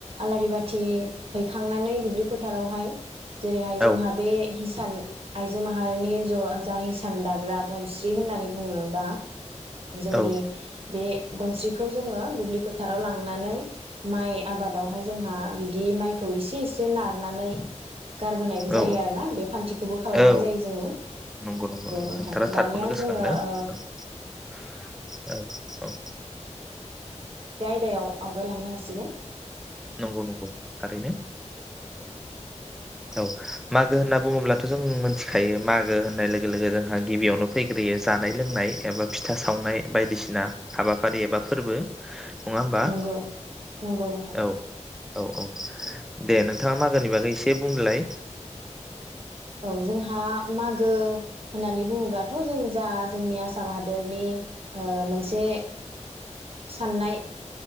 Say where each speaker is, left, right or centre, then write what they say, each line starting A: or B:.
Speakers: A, on the right (about 50°); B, in the centre.
A: आलारि बाथि थि हैखांनानै दुब्लि फोथारावहाय जेरैहाय जोंहा
B: औ
A: बे हि सान आइजो माहारिनि ज जय हिसान दाग्रा गनस्रि होननानै बुङो बा जोंनि
B: औ
A: बे गनस्रिखौ जोङो दुब्लि फोथाराव लांनानै माइ आबादावहाय जोंहा बिदि माइखौ एसे एसे नारनानै गारबोनायबो जायो
B: औ
A: आरो ना बे खान्थिखौबो खालामनाय
B: औ
A: जायो जोङो
B: नंगौ नंगौ नंगौ नंगौ
A: नोंथां
B: नोंथारा
A: दानिया
B: थारखौनो गोसोखांदों
A: जोङो ओ
B: औ औ औ
A: दायाव आवगायलांनो हासिगोन।
B: नंगौ नंगौ थारैनो औ मागो होनना बुङोब्लाथ' जों मोनथिखायो मागो होननाय लोगो लोगो जोंहा गिबियावनो फैग्रोयो जानाय लोंनाय एबा फिथा सावनाय बायदिसिना हाबाफारि एबा फोरबो नङा होमबा
A: नंगौ नंगौ नोंथां।
B: औ औ औ दे नोंथाङा मागोनि बागै एसे बुंलाय।
A: औ जोंहा मागो होननानै बुङोब्लाथ' जों जा जोंनि आसाम आसाम हादरनि मोनसे साननाय